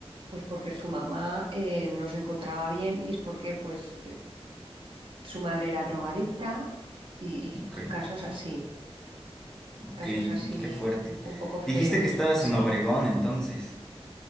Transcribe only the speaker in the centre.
ok,
ok,
qué fuerte.
Dijiste que estabas
en Obregón, entonces.